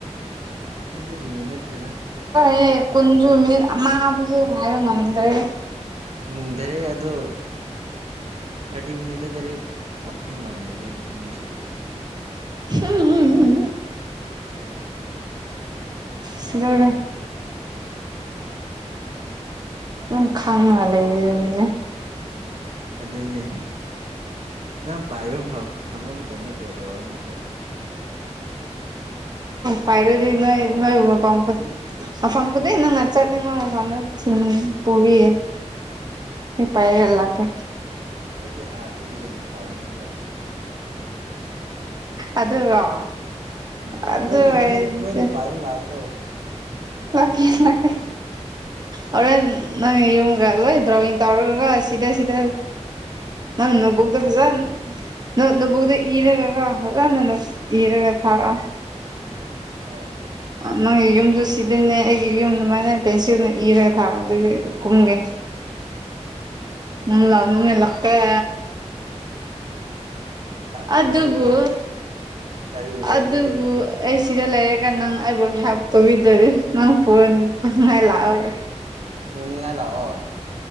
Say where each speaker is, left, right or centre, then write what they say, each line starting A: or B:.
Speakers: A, on the right; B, on the right.
A: ꯑꯗꯨꯗꯤꯃꯤꯅꯤ ꯅꯠꯇ꯭ꯔꯦꯗ
B: ꯍꯦ ꯀꯨꯟꯁꯨꯃꯤ ꯃꯥꯕꯨꯁꯨꯦ ꯉꯥꯏꯕ ꯉꯗ꯭ꯔꯦ
A: ꯑꯝ ꯈꯔ ꯑꯗꯨ ꯊꯥꯔꯇꯤ ꯃꯤꯅꯤꯠꯇ ꯗꯥꯏꯔꯦꯛ ꯇꯧꯕꯅꯤꯡ ꯉꯝꯃꯣꯏꯗ ꯃꯣꯏꯁꯨ
B: <unintelligible> ꯁꯤꯗꯧꯔꯦ
A: <unintelligible>
B: ꯎꯝ ꯈꯉꯉ ꯂꯩ
A: ꯑꯗꯨꯅꯦ ꯅꯪ ꯄꯥꯏꯕ ꯐꯪꯕ ꯃꯇꯝꯗ ꯀꯣꯜ ꯇꯧꯔꯒ ꯑꯃꯨꯛꯛꯇ
B: ꯄꯥꯏꯔꯗꯤ ꯅꯣꯏ ꯅꯣꯏꯕꯨ ꯃ ꯀꯥꯎ ꯐ ꯑ ꯐꯝ
A: ꯎꯝ
B: ꯀꯗꯤ ꯏꯪ ꯅꯠꯆꯔꯅꯤ ꯐꯝ ꯄꯨꯔꯤ
A: ꯎꯝ
B: ꯄꯥꯏꯔ ꯂꯀꯦ
A: ꯍꯥꯏꯗꯤ ꯑꯥꯔꯠꯇꯒꯤ ꯍꯦꯟꯅ ꯄꯥꯏꯅꯤꯡꯕ
B: ꯑꯗꯨꯔꯣ
A: ꯎꯝ
B: ꯑꯗꯨ
A: ꯀꯣꯏ ꯀꯣꯏ
B: ꯑꯣꯏꯔꯗꯤ
A: ꯇꯣꯏꯅ ꯄꯥꯏꯕ ꯂꯥꯛꯑꯣ ꯀꯣ
B: ꯂꯀꯦ ꯂꯀꯦ ꯍꯣꯔꯦꯟ ꯅꯪ ꯌꯨꯝꯒ ꯂꯣꯏ ꯗ꯭ꯔꯣꯋꯤꯡ ꯇꯧꯔꯒꯒ ꯁꯤꯗ ꯁꯤꯗ
A: ꯎꯝ
B: ꯅꯪꯅꯕꯣꯛꯗ
A: ꯂꯣꯀꯦꯁꯟ ꯊꯥꯔꯛꯀꯦ
B: ꯖꯥꯟ ꯅ ꯅꯗ ꯏꯔꯒꯒ ꯍꯒꯅ ꯅ ꯍꯔꯒ ꯊꯥꯒ
A: ꯍꯔꯡꯀꯥ ꯑ
B: ꯅꯪꯒꯤ ꯌꯨꯝꯁꯨ ꯁꯤꯖꯤꯟꯅꯦ ꯑꯩꯒꯤ ꯌꯨꯝ ꯑꯗꯨꯃꯥꯏꯅ ꯄꯦꯟꯁꯤꯜꯅ ꯏꯔꯒ ꯊꯥꯔ ꯑꯗꯨꯗꯤ ꯀꯨꯝꯒꯦ ꯎ ꯂꯅꯤꯡ ꯏꯂꯀꯦ
A: ꯂꯥꯛꯅꯤꯡꯉꯗꯤ
B: ꯑꯗꯨꯕꯨ
A: ꯂꯥꯛꯀꯦ ꯀꯔꯤ ꯂꯩꯔꯦ
B: ꯑꯗꯨꯕꯨ ꯑꯩ ꯁꯤꯗ ꯂꯩꯔꯒ ꯅꯪ ꯑꯩꯕꯨ ꯍꯦꯜꯞ ꯇꯧꯕꯤꯗꯔꯤꯦ ꯅꯪ ꯄꯨꯣꯟꯅꯤꯡꯉꯥꯏ ꯂꯥꯛꯑꯣꯋ
A: ꯄꯨꯅꯤꯉ ꯂꯥꯛꯑꯣ